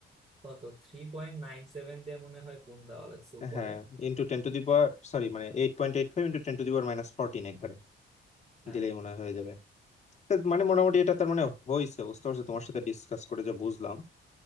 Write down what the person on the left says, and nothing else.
হ্যাঁ into ten to the power sorry মানে এইট পয়েন্ট এইট ফাইভ ইন্টু টেন টু দি পাওয়ার মাইনাস ফোরটিন একবারে
দিলেই মনে হয় হয়ে যাবে তা মানে মোটামুটি এটা তার মানে হয়েছে বুঝতে পারছো তোমার সাথে ডিসকাস করে যা বুঝলাম